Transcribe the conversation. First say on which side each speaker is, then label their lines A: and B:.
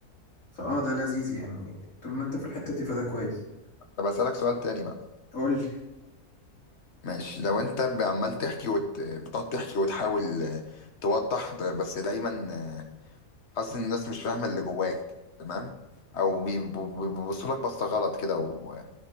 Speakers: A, on the left; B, on the left.
A: فاه ده لذيذ يعني طول ما انت في الحته دي فده كويس
B: طب اسالك سؤال تاني بقى
A: قول لي
B: ماشي لو انت عمال تحكي وت... بتقعد تحكي وتحاول آه، توضح ده- بس دايما آه، حاسس ان الناس مش فاهمه اللي جواك تمام او بيبصوا بي... بي- بيبصوا لك بصه غلط كده و...